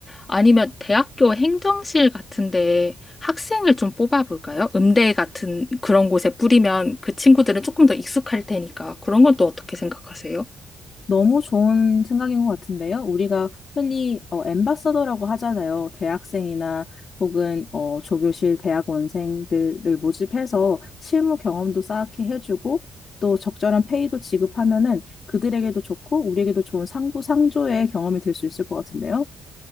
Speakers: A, on the left; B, on the left.
A: 아니면 대학교 행정실 같은데 학생을 좀 뽑아볼까요? 음대 같은 그런 곳에 뿌리면 그 친구들은 조금 더 익숙할 테니까 그런 건 또 어떻게 생각하세요?
B: 너무 좋은 생각인 것 같은데요. 우리가 흔히 어, 앰바서더라고 하잖아요. 대학생이나 혹은 어, 조교실 대학원생들을 모집해서 실무 경험도 쌓게 해주고 또 적절한 페이도 지급하면은 그들에게도 좋고 우리에게도 좋은 상부 상조의 경험이 될 수 있을 것 같은데요.